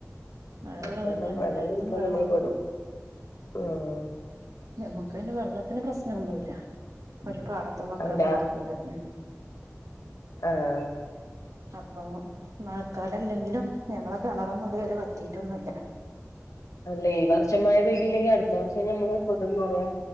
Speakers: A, on the right; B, on the left.
A: മഴ കുറവ്
B: അട്തൊല്ലം
A: തന്നെയാണ്
B: വെള്ളം
A: എല്ലായിടത്തും
B: കുടിക്കാൻ
A: മഴ
B: നമ്മൾ
A: കുറവാ
B: പെടും ആഹ്
A: ഞമ്മക്കയ്ന് വെള്ളത്തിന് പ്രശ്നൊന്നുല.. ഒരു പാടത്തു വക്കാണ്
B: അല്ല
A: ഞമ്മളെ വീട് ഉം
B: ആഹ്
A: അപ്പൊ മഴക്കാലല്ലെങ്കിലും ഞങ്ങളെ കെണറോന്നുതുവരെ വറ്റിട്ടൊന്നുല്ല.
B: അല്ലേ ഈ വർഷമയ പെയ്തീലങ്കി അടുത്ത വർഷം ഞമ്മള് പെടുന്ന് അറിയ.